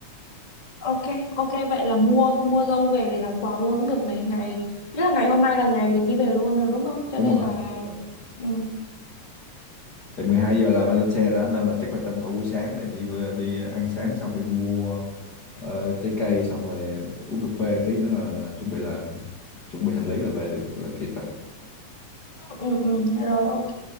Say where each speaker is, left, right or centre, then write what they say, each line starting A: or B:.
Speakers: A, on the left (about 15°); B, on the left (about 35°).
A: Ok, ok vậy là mua mua dâu về về làm quà luôn cũng được này. Ngày nghĩa là ngày hôm nay là ngày mình đi về luôn rồi đúng không? Cho
B: đúng
A: nên
B: rồi
A: là
B: đúng rồi.
A: ừ
B: thì 12 giờ là phải lên xe rồi đó nên là chắc là tranh thủ buổi sáng này đi vừa- đi ăn sáng xong đi mua ờ, trái cây xong rồi uống cà phê tí nữa là, là chuẩn bị là chuẩn bị hành lý là về được là kịp đó
A: ừ ừ ừ, rồi ok.